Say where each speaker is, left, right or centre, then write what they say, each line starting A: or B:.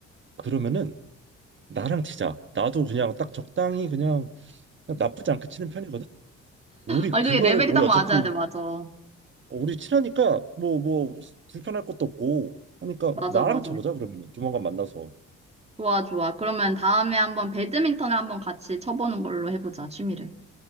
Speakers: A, on the right; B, on the right.
A: 그러면은 나랑 치자. 나도 그냥 딱 적당히 그냥, 그냥 나쁘지 않게 치는 편이거든. 우리
B: 아,
A: 그거를
B: 이게 레벨이
A: 우리
B: 딱
A: 어차피
B: 맞아야 돼, 맞아.
A: 우리 친하니까 뭐 뭐 불편할 것도 없고 하니까
B: 맞아,
A: 나랑
B: 맞아.
A: 쳐보자 그러면 조만간 만나서.
B: 좋아, 좋아. 그러면 다음에 한번 배드민턴을 한번 같이 쳐보는 걸로 해보자, 취미를.